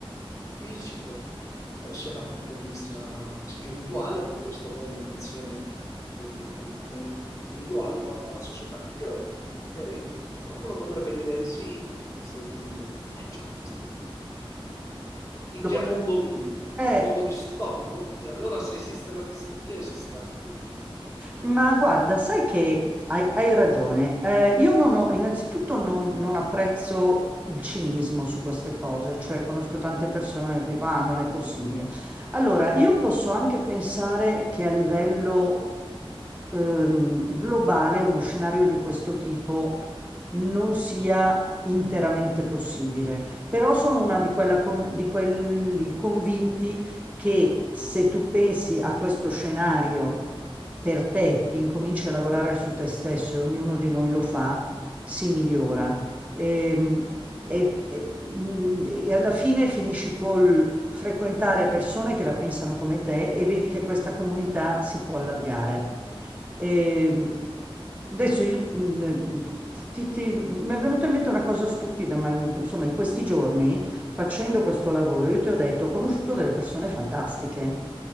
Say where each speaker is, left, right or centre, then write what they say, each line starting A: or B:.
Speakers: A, on the left (about 35°); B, on the right (about 15°).
A: fisico, eh, sia da un punto di vista spirituale, per questo poi nell'insieme del- dei cambiamenti individuali porta a una società migliore, ok? Qualcuno potrebbe dire, sì, questa è utopia. Eh già, questa è utopia. In
B: Allora,
A: che mondo vivi?
B: eh,
A: In un mondo distopico? E allora se esiste la distopia, esiste anche l'utopia. Vabbè.
B: Ma guarda, sai che hai, hai ragione. Eh, io non ho, innanzitutto non, non apprezzo il cinismo su queste cose, cioè conosco tante persone che dicono, ah, non è possibile. Allora, io posso anche pensare che a livello ehm, globale uno scenario di questo tipo non sia interamente possibile, però sono una di, quella con- di quelli convinti che se tu pensi a questo scenario per te e incominci a lavorare su te stesso, e ognuno di noi lo fa, si migliora. Ehm, E, e- mm, e alla fine finisci col frequentare persone che la pensano come te e vedi che questa comunità si può allargare. E adesso io, mh, ti- ti- ti- mi è venuta in mente una cosa stupida, ma insomma in questi giorni facendo questo lavoro io ti ho detto ho conosciuto delle persone fantastiche.